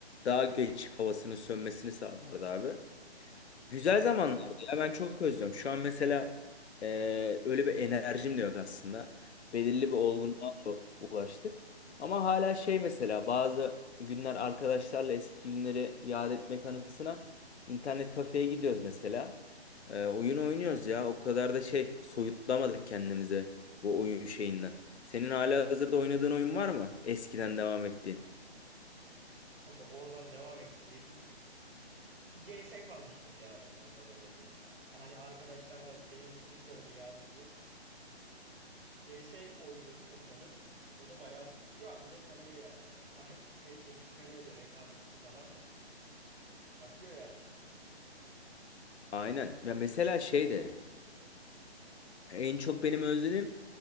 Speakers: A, on the left; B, on the right.
A: Daha geç havasının sönmesini sağlardı abi.
B: Hı hı.
A: Güzel zamanlardı ya ben çok özlüyorum. Şu an mesela e, öyle bir enerjim de yok aslında.
B: Hı
A: Belirli
B: hı.
A: bir olgunluğa da ulaştık. Ama hala şey mesela bazı günler arkadaşlarla eski günleri yad etmek anısına internet kafeye gidiyoruz mesela. E, oyun oynuyoruz ya o kadar da şey soyutlamadık kendimize bu oyun şeyinden. Senin hala hazırda oynadığın oyun var mı? Eskiden devam ettiğin.
B: Aga oradan devam ettim. CS kalmıştır ya onlardan oynadığım. A- Hani arkadaşlarla senin gibi biz de öyle yad ediyoruz. CS oynuyoruz toplanıp. O da bayağı şu an bile sarıyor yani hani <laughs> hep çekişme ne oluyor rekabetçi falan akıyor yani.
A: Aynen. Ya mesela şey de En çok benim özledim